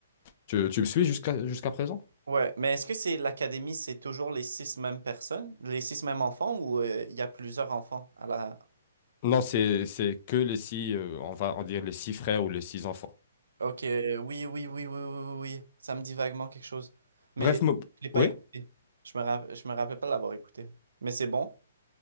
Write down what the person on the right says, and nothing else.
Ouais, mais est-ce que c'est l'académie, c'est toujours les six mêmes personnes, les six mêmes enfants, ou euh, il y a plusieurs enfants à la...
Ok, euh, oui, oui, oui, oui, oui, oui, oui. ça me dit vaguement quelque chose. Mais
je l'ai pas
écouté. Je me, rapp- je me rappelle pas l'avoir écouté. Mais c'est bon?